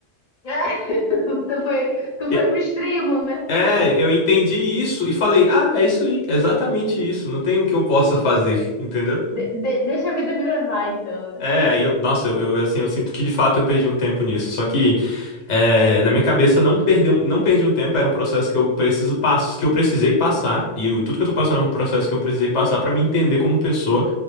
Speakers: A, on the left; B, on the left.
A: Ai, <laughs> tu foi, tu
B: E-
A: foi pro extremo, né?
B: É, eu entendi isso e falei, ah, é isso aí, é exatamente isso, não tem o que eu possa fazer, entendeu?
A: De- de- deixa a vida me levar, então, né?
B: É, aí eu, nossa, eu, eu, assim, eu sinto que de fato eu perdi um tempo nisso. Só que é, na minha cabeça não perdi, um- não perdi um tempo, era um processo que eu preciso pass que eu precisei passar, e o- tudo que eu tô passando é um processo que eu precisei passar pra me entender como pessoa